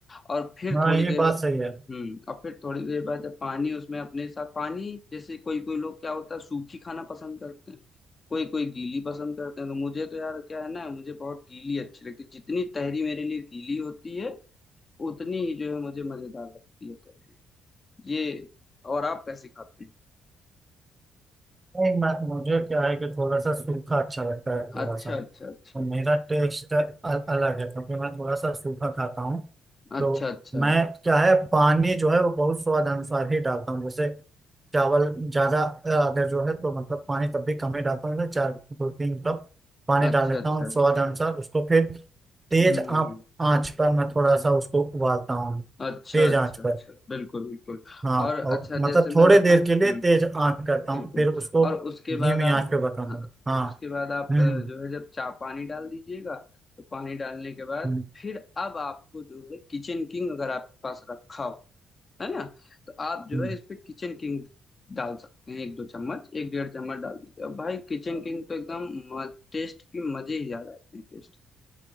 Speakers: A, on the left; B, on the right.
A: और फिर
B: हाँ
A: थोड़ी
B: ये
A: देर
B: बात
A: बाद
B: सही है
A: हम्म और फिर थोड़ी देर बाद जब पानी उसमें अपने साथ पानी जैसे कोई कोई लोग क्या होता है सूखी खाना पसंद करते हैं कोई कोई गीली पसंद करते हैं तो मुझे तो यार क्या है ना मुझे बहुत गीली अच्छी लगती है जितनी तहरी मेरे लिए गीली होती है उतनी ही जो है मुझे मजेदार लगती है तहरी ये और आप कैसे खाते हैं
B: नहीं मैं मुझे क्या है कि थोड़ा सा सूखा अच्छा लगता है थोड़ा
A: अच्छा
B: सा
A: अच्छा अच्छा
B: और मेरा टेस्ट अलग है क्योंकि मैं थोड़ा सा सूखा खाता हूँ
A: अच्छा
B: तो
A: अच्छा
B: मैं क्या है पानी जो है वो बहुत स्वाद अनुसार ही डालता हूँ जैसे चावल ज्यादा अगर जो है तो मतलब पानी तब भी कम ही डालता हूँ जैसे चार दो तीन कप पानी
A: अच्छा
B: डाल लेता
A: अच्छा
B: हूँ स्वाद अनुसार उसको फिर तेज
A: हम्म
B: आँच
A: हम्म,
B: आँच पर मैं थोड़ा सा उसको उबालता हूँ
A: अच्छा
B: तेज
A: अच्छा
B: आँच
A: अच्छा
B: पर
A: बिल्कुल बिल्कुल
B: हाँ
A: और
B: और
A: अच्छा
B: मतलब
A: जैसे मैं
B: थोड़े
A: बताऊं
B: देर
A: हम्म
B: के लिए तेज आँच करता
A: बिल्कुल
B: हूँ फिर उसको
A: और उसके
B: धीमी
A: बाद आप
B: आँच पे पकाऊंगा
A: हाँ,
B: हाँ
A: उसके बाद आप
B: हम्म
A: अ, जो है जब चा पानी डाल दीजिएगा तो पानी डालने के बाद
B: हम्म
A: फिर अब आपको जो है किचन किंग अगर आपके पास रखा हो है ना तो आप जो
B: हम्म।
A: है इस पे किचन किंग डाल सकते हैं एक दो चम्मच एक डेढ़ चम्मच डाल दीजिए अब भाई किचन किंग तो एकदम म- टेस्ट की मजे ही आ जाते हैं टेस्ट